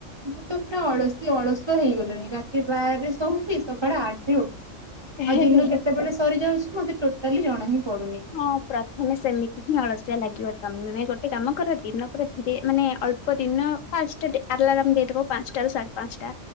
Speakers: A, on the right; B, on the left.
A: ମୁଁ ତ ପୁରା ଅଳସୀ ଅଳସୁଆ ହେଇଗଲଣି ରାତି ବାରରେ ଶୋଉଛି ସକାଳ ଆଠରେ ଉଠୁଚି।
B: କଥା।
A: ଆଉ ଦିନ କେତେବେଳେ ସରିଯାଉଛି ମତେ ଟୋଟାଲି ଜଣା ହିଁ ପଡୁନି।
B: ହଁ ପ୍ରଥମେ ସେମି ହଁ ଅଳସୁଆ ଲାଗିବ ତମେ ଗୋଟେ କାମ କର ଦିନକୁ ଧୀରେ ମାନେ ଅଳ୍ପ ଦିନ ଫାଷ୍ଟ ଆଲାରାମ୍ ଦେଇଦବ ପାଞ୍ଚଟା ରୁ ସାଢେ ପାଞ୍ଚଟା